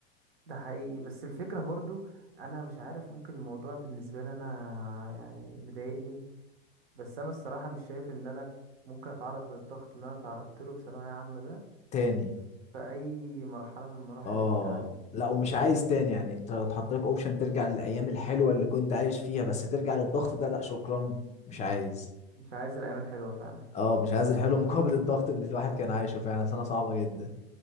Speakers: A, on the right; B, on the left.
A: ده حقيقي بس الفكرة برضو انا مش عارف ممكن الموضوع بالنسبة لي انا يعني مضايقني بس انا الصراحه مش شايف ان انا ممكن اتعرض للضغط اللي انا تعرضت له في ثانويه عامه ده
B: تاني
A: في اي مرحله من مراحل
B: اه
A: التعليم
B: لا
A: عامه
B: ومش عايز تاني يعني انت لو اتحط لك اوبشن ترجع للايام الحلوة اللي كنت عايش فيها بس ترجع للضغط ده لا شكرا مش عايز
A: مش عايز الايام الحلوه فعلا
B: اه مش عايز الحلو مقابل الضغط اللي الواحد كان عايشه فعلا سنة صعبة جدا